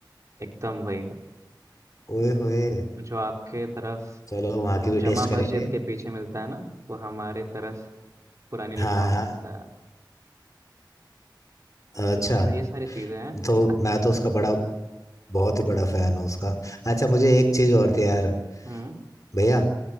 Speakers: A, on the right; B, on the left.
A: एकदम वही
B: ओए होए
A: जो आपके तरफ
B: चलो वहां की भी
A: जमा
B: टेस्ट
A: मस्जिद
B: करेंगे
A: के पीछे मिलता है ना वो हमारे तरफ पुरानी लखनऊ
B: हाँ
A: में
B: हाँ
A: होता है
B: अच्छा
A: तो ये सारी चीज़ें हैं
B: तो
A: बत-
B: मैं तो उसका बड़ा बहुत ही बड़ा फैन हूँ उसका अच्छा मुझे एक चीज और थी यार
A: हम्म
B: भैया